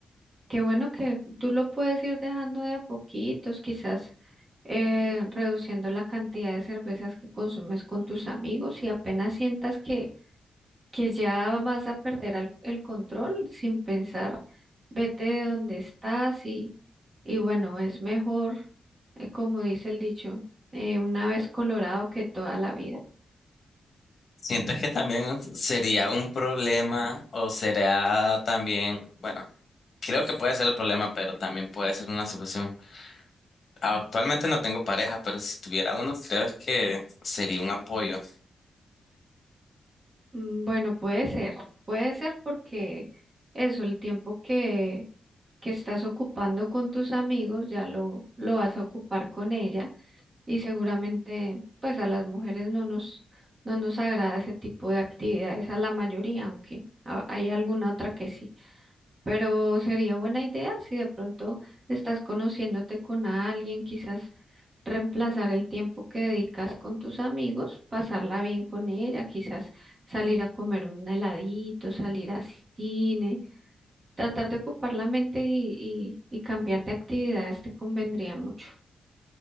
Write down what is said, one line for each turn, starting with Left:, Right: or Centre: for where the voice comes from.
Right: Qué bueno que tú lo puedes ir dejando de a poquitos, quizás eh, reduciendo la cantidad de cervezas que consumes con tus amigos y apenas sientas que, que ya vas a perder al- el control sin pensar, vete de donde estás y, y bueno, es mejor, eh, como dice el dicho, eh, una vez colorado que toda la vida.
Left: ¿Sientes que también sería un problema o será también, bueno, creo que puede ser el problema, pero también puede ser una solución? Actualmente no tengo pareja, pero si tuviera uno, creo que sería un apoyo.
Right: Mm, Bueno, puede ser, puede ser porque eso, el tiempo que, que estás ocupando con tus amigos, ya lo, lo vas a ocupar con ella y seguramente pues a las mujeres no nos, no nos agrada ese tipo de actividades, a la mayoría, aunque a- hay alguna otra que sí, pero sería buena idea si de pronto estás conociéndote con alguien, quizás reemplazar el tiempo que dedicas con tus amigos, pasarla bien con ella, quizás salir a comer un heladito, salir a cine, tratar de ocupar la mente y, y, y cambiar de actividades te convendría mucho,